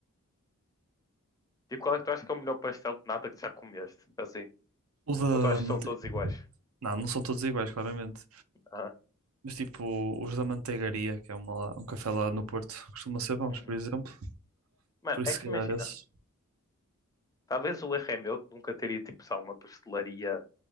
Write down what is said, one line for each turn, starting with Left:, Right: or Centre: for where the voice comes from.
Left: tipo, qual é que tu achas que é o melhor pastel de nata que tu já comeste, assim,
Right: O da
Left: ou tu achas
Right: manteiga.
Left: que são todos iguais?
Right: Não, não são todos iguais, claramente.
Left: Ah,
Right: Mas tipo, os da Manteigaria, que é uma, lá- um café lá no Porto, costumam ser bons,
Left: uhum.
Right: por exemplo.
Left: Mano,
Right: Por
Left: é
Right: isso,
Left: que
Right: se calhar,
Left: imagina,
Right: esses.
Left: talvez o erro é meu de nunca teria tipo, só uma pastelaria